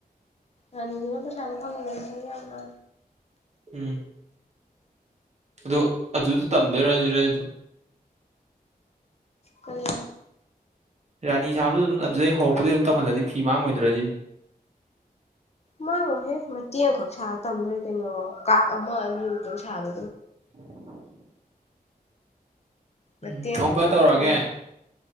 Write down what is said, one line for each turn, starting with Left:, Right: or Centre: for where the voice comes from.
Left: ꯌꯥꯅꯤꯗꯨꯅ ꯄꯩꯁꯥꯅ ꯐꯪꯉꯔꯁꯪꯦ ꯌꯥꯝꯅ
Right: ꯎꯝ ꯑꯗꯣ ꯑꯗꯨꯗꯣ ꯇꯝꯗꯣꯏꯔꯥꯁꯤꯔ ꯑꯗꯨꯝ
Left: ꯀꯔꯤ
Right: ꯔꯥꯅꯤ ꯁꯥꯕꯗ ꯑꯗꯨꯝ ꯑꯗꯨꯗꯩ ꯍꯧꯔꯛꯄꯗꯒꯤꯩ ꯑꯗꯨꯝ ꯇꯝꯍꯜꯂꯗꯤ ꯐꯤ ꯃꯥꯡꯉꯣꯏꯗ꯭ꯔꯁꯤꯅꯤ
Left: ꯃꯥꯡꯉꯣꯍꯦ ꯃꯇꯦꯡ ꯑꯃꯈꯛ ꯁꯥꯕ ꯇꯝꯗꯣꯏ ꯀꯩꯅꯣ ꯀꯥꯞ ꯑꯃ ꯑꯅꯤꯃꯨꯛꯇꯪ ꯁꯥꯕ
Right: <unintelligible>
Left: ꯃꯇꯦꯛ
Right: ꯎꯝ
Left: ꯑꯃꯗꯤ
Right: ꯑꯃꯨꯀ
Left: ꯃꯥꯡꯊꯣꯛꯑ
Right: ꯇꯧꯔꯛꯑꯒꯦ
Left: ꯂꯣꯏꯔꯦ